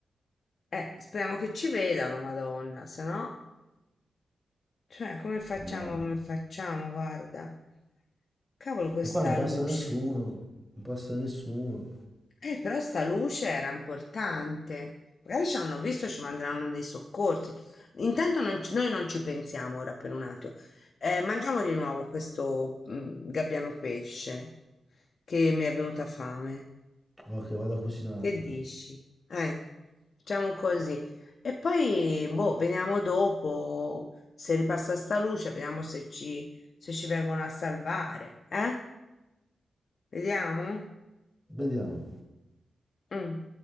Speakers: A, on the left; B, in the centre.
A: Eh, speriamo che ci vedano, madonna, se no... Cioè, come facciamo,
B: Ma...
A: come facciamo, guarda. Cavolo questa
B: ma qua non passa
A: luce.
B: nessuno. Non passa nessuno.
A: Eh, però sta luce era importante. Magari ci hanno visto, ci manderanno dei soccorsi. Intanto non ci- noi non ci pensiamo ora per un attimo. Eh, mangiamo di nuovo questo mm, gabbiano pesce che mi è venuta fame.
B: Ok, vado a cucinarti.
A: Che dici? Eh, facciamo così. E poi, boh, vediamo dopo se ripassa sta luce, vediamo se ci, se ci vengono a salvare. Eh? Vediamo?
B: Vediamo.
A: Mm.